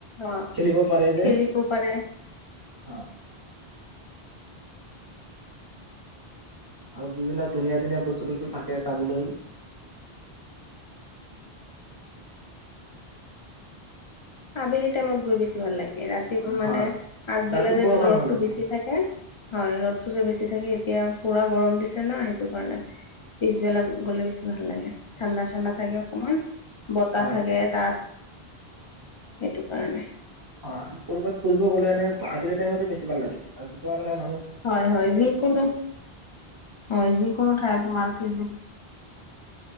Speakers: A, on the left; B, on the right.
A: অ
B: খেলিব পাৰে যে,
A: খেলিব পাৰে
B: হয়। আৰু বিভিন্ন ধুনীয়া ধুনীয়া বস্তু তস্তু থাকে চাবলৈ <inaudible>
A: আবেলি টাইমত গৈ বেছি ভাল লাগে। ৰাতিপ মানে
B: হয়
A: আগবেলা
B: ৰাতিপুৱা
A: যে
B: ভাল
A: ৰ'দটো
B: নালাগে
A: বেছি থাকে, হয় ৰ'দটো যে বেছি -- থাকে এতিয়া পুৰা গৰম দিছে। ন সেইটো কাৰণে পিছবেলা গ'লে বেছ্ -- ভাল লাগে। ঠাণ্ডা ঠাণ্ডা থাকে অকমান, বতাহ
B: হয়
A: থাকে তাত -- সেইটো কাৰণে।
B: অ <unintelligible> ক'ৰবাত ফুৰিব গ'লে এনে আবেলি টাইমতে বেছি ভাল লাগে, ৰাতিপুৱা মানে --
A: হয় হয় যিকোনো, হয় যিকোনো ঠাই তোমাৰ পিছ --